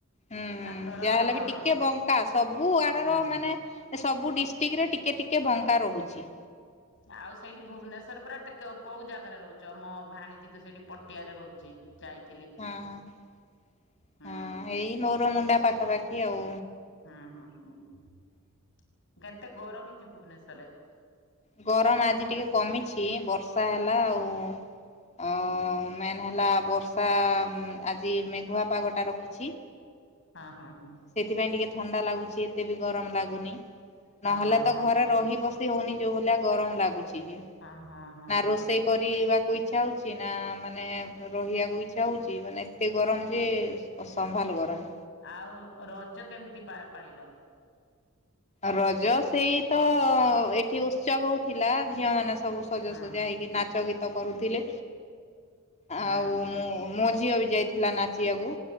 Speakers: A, on the left; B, on the left.
A: ହୁଁ ହୁଁ
B: ତାଙ୍କର
A: ଯାହାହେଲେ
B: ହଁ
A: ବି ଟିକେ ବଙ୍କା ସବୁ ଆଡର
B: ହୁଁ ହୁଁ
A: ମାନେ ଏ ସବୁ ଡିଷ୍ଟ୍ରିକ୍ଟ ରେ ଟିକେ ଟିକେ ବଙ୍କା ରହୁଚି।
B: ଆଉ ସେଇଠି ଭୁବନେଶ୍ଵର ପୁରା ଟିକେ କୋଉ ଜାଗାରେ ରହୁଚ? ଆମ ଭାଣିଜୀ ତ ସେଇଠି ପଟିଆରେ ରହୁଚି। ଯାଇ
A: ହଁ ହଁ
B: ହୁଁ
A: ହଁ ଏଇ ମୋର ମୁଣ୍ଡା ପାଖାପାଖି ଆଉ।
B: ହୁଁ ହୁଁ ହୁଁ କେତେ ଗରମ ହେଇଚି ଭୁବନେଶ୍ୱର ରେ।
A: ଗରମ ଆଜି ଟିକେ କମିଚି ବର୍ଷା ହେଲା ଆଉ। ଅ ମେନ୍ ହେଲା ବର୍ଷା ଆଜି ମେଘୁଆ ପାଗଟା ରଖ ଛି।
B: ଅ ହଁ ହଁ।
A: ସେଥିପାଇଁ ଟିକେ ଥଣ୍ଡା ଲାଗୁଚି ଏତେ ବି ଗରମ ଲାଗୁନି।
B: ହଁ
A: ନହେଲେ
B: ହଁ
A: ତ
B: ହଁ ହଁ
A: ଘରେ ରହି ବସି ହଉନି। ଯୋଉ ଭଳିଆ ଗରମ ଲାଗୁଚି ଯେ।
B: ହଁ ହଁ ହଁ।
A: ନା ରୋଷେଇ କରିବାକୁ ଇଚ୍ଛା ହଉଚି ନା ମାନେ ରହିବାକୁ ଇଚ୍ଛା ହଉଚି ମାନେ ଏତେ ଗରମ ଯେ ଅସମ୍ଭାଲ ଗରମ।
B: ଆଉ ରଜ କେମିତି ପା ପାଳିଲ?
A: ରଜ ସେଇ ତ ଏଠି ଉତ୍ସବ ହୋଉ ଥିଲା ଝିଅ ମାନେ ସବୁ ସଜାସଜା
B: ହଁ
A: ହେଇ କି ନାଚ ଗୀତ କରୁଥିଲେ।
B: ହଁ
A: ଆଉ ମୁଁ ମୋ ଝିଅ ବି ଯାଇି ଥିଲା ନାଚିବାକୁ।